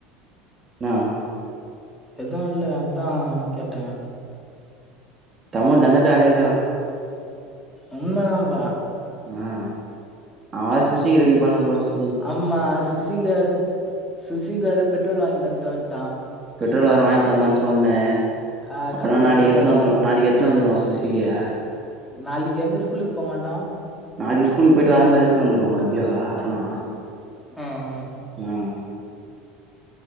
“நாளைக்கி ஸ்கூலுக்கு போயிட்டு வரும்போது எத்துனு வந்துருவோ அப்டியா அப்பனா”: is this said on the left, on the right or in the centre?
Right